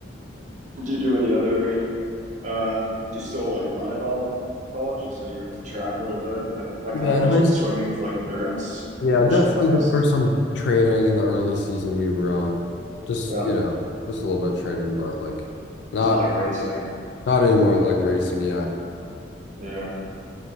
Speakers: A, on the right; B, on the left.
A: do you do any other Uh, do you still like run at all at college? You said you were into track a little bit. That, that
B: Yeah,
A: kind of goes
B: in high
A: with swimming for like endurance or
B: Yeah,
A: conditioning
B: definitely
A: at least.
B: just for some training in the early season we run. Just,
A: Yeah,
B: you know, just a little bit of training, but like not
A: not like racing.
B: not anymore like racing, yeah.
A: Yeah,